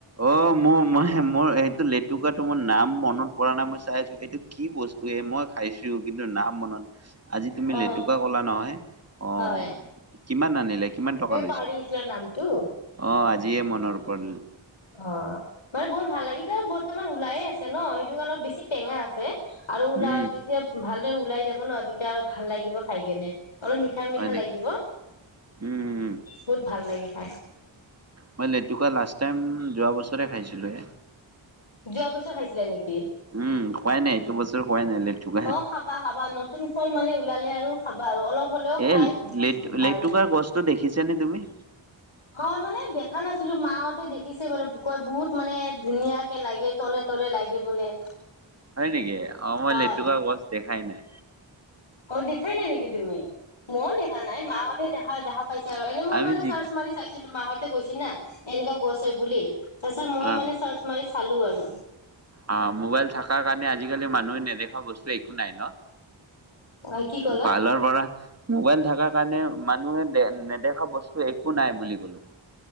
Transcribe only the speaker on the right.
অ' মোৰ মই মোৰ সেইটো লেতুকাটো মোৰ নাম মন মনত পৰা নাই মই চাই আছো, এইটো কি বস্তু এই মই খাইছো কিন্তু নাম মনত আজি তুমি
লেতুকা ক'লা নহয়। অ'
কিমান আনি কিমান
টকা
লৈছে,
অ' আজিয়ে মনৰ ওপৰত উম'।
উম
হয় নেকি
উম
মই লেটুকা লাষ্ট টাইম যোৱা বছৰে খাইছিলোয়ে।
উম, খোৱাই নাই এইটো বছৰ খোৱাই নাই লেটুকা।
এ লেটু
লেটুকাৰ
গছটো দেখিছে চানে তুমি?
হয় নেকি অ মই
লেতুকা গছ দেখাই নাই
আমি
যি
অ',
অ মোবাইল থকাৰ কাৰণে আজিকালি মানুহে নেদেখা বস্তু একো নাই ন
পাইলৰ পৰা <unintelligible> মোবাইল থকাৰ কাৰণে মানুহে নেদেখা বস্তু একো নাই বুলি কলো